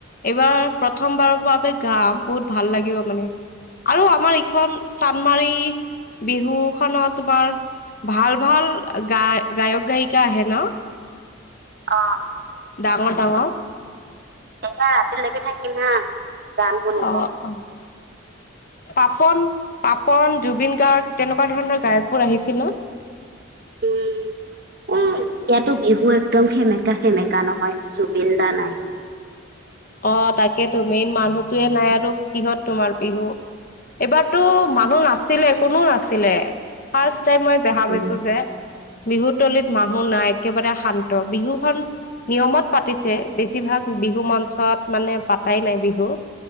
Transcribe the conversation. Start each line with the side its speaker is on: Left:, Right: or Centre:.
Left: এইবাৰ প্ৰথমবাৰৰ বাবে গাম বহুত ভাল লাগিব মানে। আৰু আমাৰ ইখন চানমাৰি বিহু খনত তোমাৰ ভাল ভাল গ গায়ক গায়িকা আহে ন।
Right: অহ, অহ।
Left: ডাঙৰ ডাঙৰ।
Right: এইবাৰ ৰাতিলৈকে থাকিম হা গান শুনিব
Left: অ'হ অ'হ। পাপন -পাপন, জুবিন গাৰ্গ তেনেকুৱা ধৰণৰ গায়কবোৰ আহিছিল ন?
Right: উম, এ এয়াতো বিহু একদম সেমেকা সেমেকা সেমেকা নহয়, জুবিন দা নাই।
Left: অহ' তাকেতো মেইন মানুহতোৱে নাই আৰু, কিহত তোমাৰ বিহু। এইবাৰতো মানুহ নাছিলে, কোনো নাছিলে, ফাৰ্ষ্ট টাইম মই দেখা
Right: উম
Left: পাইছো যে, বিহুতলিত মানুহ নাই একেবাৰে শান্ত বিহুখন নিয়মত পাতিছে, বেছিভাগ বিহু মঞ্চ ত মানে পাতাই নাই বিহু,